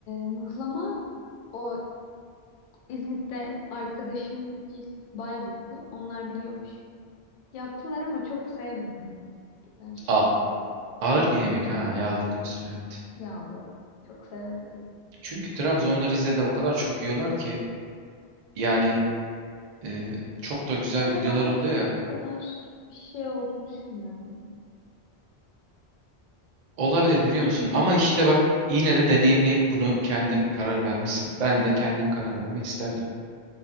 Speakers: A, on the left (about 60°); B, on the right (about 55°).
A: mıhlama o İzmit'te arkadaşım Gil Bayburtlu. Onlar biliyormuş. Yaptılar ama çok sevmedim yani. Bence çok
B: A
A: yağlı.
B: ağır bir yemek ha yağlı diyorsun evet.
A: Yağlı. Çok sevemedim.
B: Çünkü Trabzon'da Rize'de o kadar çok yiyorlar ki yani e, çok da güzel
A: Ben
B: videolar
A: abartıldığı
B: oluyor ya.
A: kadar bir şey olduğunu düşünmüyorum.
B: Olabilir biliyor musun? Ama işte bak yine de deneyimleyip bunu kendin karar vermişsin. Ben de kendim karar vermek isterdim.